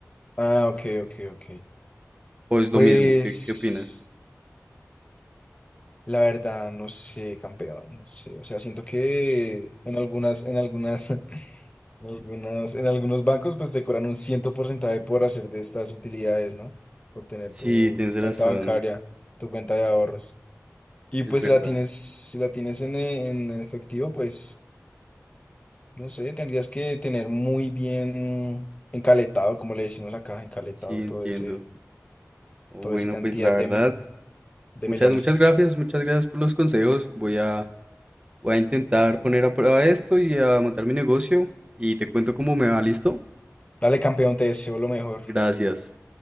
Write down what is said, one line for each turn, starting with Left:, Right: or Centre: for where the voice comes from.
Left: Ah, ok, ok, ok.
Right: ¿O es lo
Left: Pues
Right: mismo? ¿Qué, qué opinas?
Left: la verdad, no sé, campeón, no sé. O sea, siento que en algunas, en algunas <laughs> En algunos, en algunos bancos pues te cobran un ciento porcentaje por hacer de estas utilidades, ¿no? Por tener
Right: Sí,
Left: tu,
Right: tienes
Left: tu
Right: razón,
Left: cuenta bancaria, tu cuenta de ahorros. Y
Right: es
Left: pues
Right: verdad.
Left: si la tienes, si la tienes en, e- en, en efectivo, pues no sé, tendrías que tener muy bien encaletado, como le decimos acá, encaletado
Right: Sí, entiendo.
Left: todo ese,
Right: Oh,
Left: toda
Right: bueno,
Left: esa cantidad
Right: pues la
Left: de,
Right: verdad,
Left: me- de
Right: muchas,
Left: melones.
Right: muchas gracias, muchas gracias por los consejos. Voy a Voy a intentar poner a prueba esto y a montar mi negocio y te cuento cómo me va, ¿listo?
Left: Dale, campeón, te deseo lo mejor.
Right: Gracias.